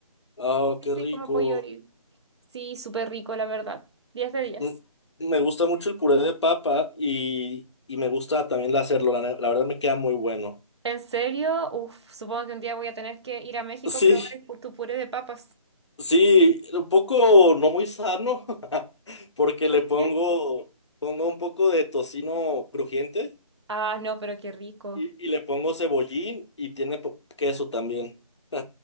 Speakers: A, on the left; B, on the right.
A: Oh,
B: sí,
A: qué
B: sí,
A: rico.
B: como pollo brillado. Sí, súper rico, la verdad. 10 de 10.
A: Mm, Me gusta mucho el puré de papa y, y me gusta también hacerlo, la, ne- la verdad me queda muy bueno.
B: ¿En serio? Uf, supongo que un día voy a tener que ir a México
A: <laughs> Sí,
B: a probar el pu- tu puré de papas.
A: Sí, un poco no muy sano, <laughs> porque le
B: ¿Por
A: pongo,
B: qué?
A: pongo un poco de tocino crujiente
B: Ah, no, pero qué rico.
A: y, y le pongo cebollín y tiene po- queso también. <laughs>